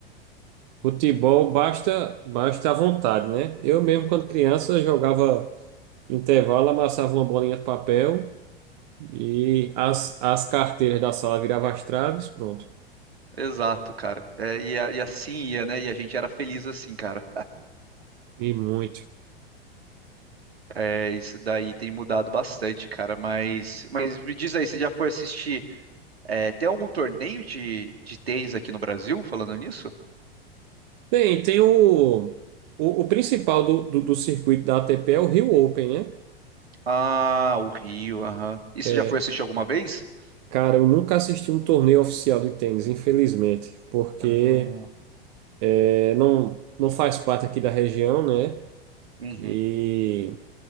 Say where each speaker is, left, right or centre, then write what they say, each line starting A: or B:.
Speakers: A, on the right; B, on the right.
A: Futebol basta, basta a vontade, né? Eu mesmo, quando criança, jogava intervalo, amassava uma bolinha de papel e as, as carteiras da sala viravam as traves, pronto.
B: Exato, cara. É, e, a- e assim ia, né? E a gente era feliz assim, cara.
A: E muito.
B: É, isso daí tem mudado bastante, cara. Mas, mas me diz aí, você já foi assistir? é, tem algum torneio de, de tênis aqui no Brasil, falando nisso?
A: Bem, tem o, o, o principal do, do, do circuito da ATP é o Rio Open, né?
B: Ah, o Rio, aham. E
A: É,
B: você já foi assistir alguma vez?
A: cara, eu nunca assisti um torneio oficial de tênis, infelizmente, porque
B: Ah,
A: é, não, não faz parte aqui da região, né?
B: uhum.
A: E,